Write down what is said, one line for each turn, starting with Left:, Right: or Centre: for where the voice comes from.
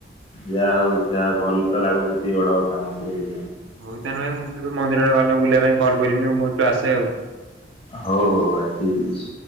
Left: ଯାହା ହଉ <unintelligible>
Right: ହଉ ତାହାଲେ ଭାଇ ମୁଁ କେବେ ମନ୍ଦିର ଆଡେ ଗଲେ କଲ୍ କରିବି ଆଉ। ମୁଁ ଏଇଠୁ ଆସେ ଆଉ।
Left: ହଉ ହଉ ଭାଇ ଠିକ ଅଛି।